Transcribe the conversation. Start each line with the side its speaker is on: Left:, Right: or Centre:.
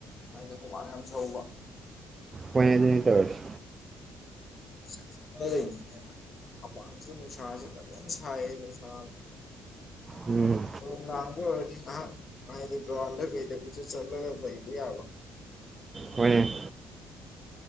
Left: ꯍꯥꯏꯗꯤ ꯍꯨꯃꯥꯡ ꯌꯥꯝ ꯁꯧꯕ
Right: ꯈꯣꯏ ꯑꯅꯤꯅꯥ ꯇꯧꯔꯤꯁꯦ꯫
Left: <unintelligible> ꯑꯄꯥꯥꯡꯁ ꯅꯨꯡꯁꯥꯁ ꯐꯖꯟꯅꯥ ꯁꯥꯏꯍꯦ ꯅꯨꯡꯁꯖꯨ
Right: ꯎꯝ
Left: ꯏꯃꯟꯅꯕꯥ ꯑꯣꯏꯔꯗꯤ ꯉꯍꯥ ꯍꯥꯏꯗꯤ ꯒꯔꯎꯟꯗ ꯀꯩꯗꯥ ꯀꯣꯏꯆꯠ ꯆꯠꯂꯒꯥ ꯂꯩꯕꯥ ꯌꯥꯕꯥ
Right: ꯍꯣꯏꯅꯦ